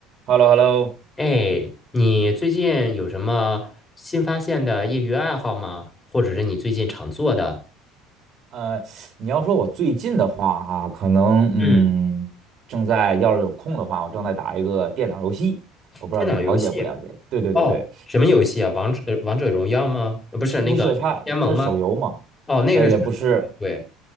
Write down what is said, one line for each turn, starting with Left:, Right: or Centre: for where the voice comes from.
Right: h e l l o h e l l o
Left: 哎，你最近有什么新发现的业余爱好吗？或者是你最近常做的？
Right: 呃，你要说我最近的话哈、可能嗯，
Left: 嗯，
Right: 正在要是有空的话，我正在打一个电脑游戏，我不知道你了解不了解？
Left: 电脑游戏。
Right: 对对对对，
Left: 哦，什么游戏啊？王者呃王者荣耀吗？呃不是那个联盟吗？
Right: 不是它，它是手游嘛，
Left: 哦，那个是手游。
Right: 呃，也不是，
Left: 对，